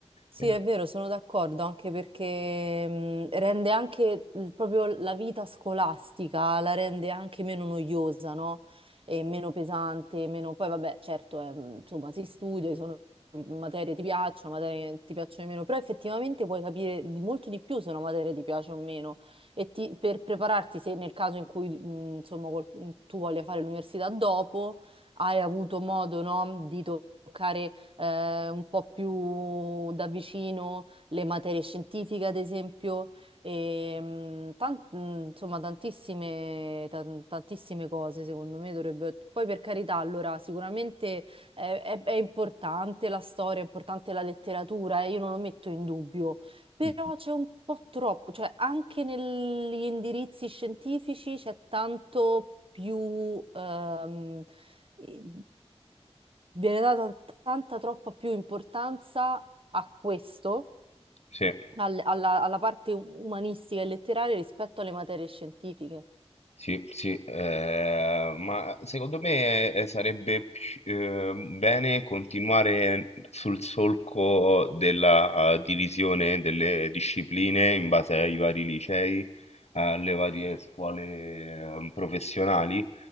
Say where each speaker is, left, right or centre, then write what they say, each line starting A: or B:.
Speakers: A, on the right; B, on the left.
A: Sì,
B: Eh,
A: è vero, sono d'accordo, anche perché mh, rende anche il- proprio la vita scolastica, la rende anche meno noiosa, no? E meno pesante, meno... Poi vabbè, certo, è, mh, insomma, si studia, ci sono materie che ti piacciono, materie che ti piacciono di meno, però effettivamente puoi capire di- molto di più se una materia ti piace o meno. E ti- per prepararti, se nel caso in cui, mh, insomma, qual- tu voglia fare l'università dopo, hai avuto modo, no, di toccare eh, un po' più da vicino le materie scientifiche, ad esempio, e, mh, tan- mh, insomma tantissime, tan- tantissime cose secondo me dovrebbe... Poi per carità, allora sicuramente è, è- è importante la storia, è importante la letteratura, eh, io non lo metto in dubbio, però
B: mm,
A: c'è un po' troppo, cioè anche negli indirizzi scientifici c'è tanto più, ehm, i- viene data tanta troppa più importanza a questo,
B: sì.
A: al- alla, alla parte umanistica e letteraria rispetto alle materie scientifiche.
B: Sì, sì, eh, ma secondo me eh, sarebbe pi- eh, bene continuare sul solco della eh, divisione delle discipline in base ai vari licei, alle varie scuole eh, professionali,